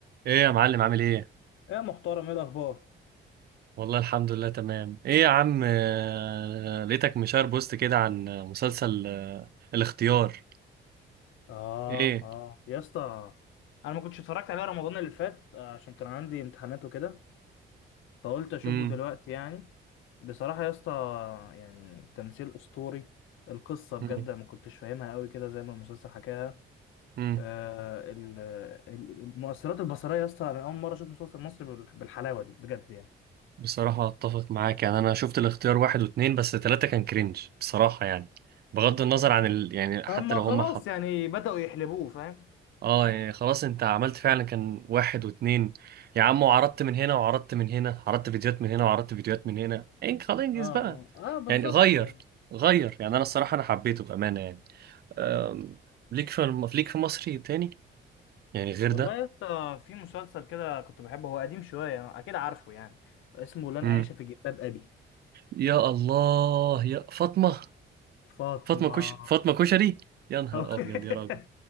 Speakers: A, on the right; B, on the left.
A: ايه يا معلم عامل ايه؟
B: يا محترم ايه الاخبار
A: والله الحمد لله تمام ايه يا عم آه، لقيتك مشار بوست كده عن مسلسل آه، الاختيار
B: اه
A: ايه؟
B: اه يا اسطى انا ما كنتش اتفرجت عليه رمضان اللي فات آه، عشان كان عندي امتحانات وكده فقلت اشوفه
A: امم
B: دلوقتي يعني بصراحة يا اسطى يعني تمثيل اسطوري القصة بجد
A: امم
B: ما كنتش فاهمها قوي كده زي ما المسلسل حكاها
A: امم
B: آه ال- ال- المؤثرات البصرية يا اسطى انا اول مرة اشوف مسلسل مصري بال- بالحلاوة دي بجد يعني
A: بصراحة اتفق معاك يعني انا شفت الاختيار واحد واتنين بس تلاتة كان كرنج بصراحة يعني بغض النظر عن ال... يعني حتى
B: اما
A: لو هم
B: خلاص يعني بدأوا يحلبوه فاهم
A: اه يعني خلاص انت عملت فعلا كان واحد واتنين يا عم وعرضت من هنا وعرضت من هنا عرضت فيديوهات من هنا وعرضت فيديوهات من هنا انك خلاص انجز
B: اه
A: بقى
B: اه, آه بالظبط
A: يعني غير
B: يعني
A: غير يعني انا الصراحة انا حبيته بأمانة يعني أم... ليك في الم... ليك في مصري تاني يعني غير
B: والله
A: ده
B: يا اسطى في مسلسل كده كنت بحبه هو قديم شوية أكيد عارفه يعني اسمه لن
A: مم.
B: أعيش في جلباب أبي
A: يا الله يا فاطمة
B: فاطمة
A: فاطمة كش فاطمة كشري يا نهار
B: <laughs>
A: ابيض يا راجل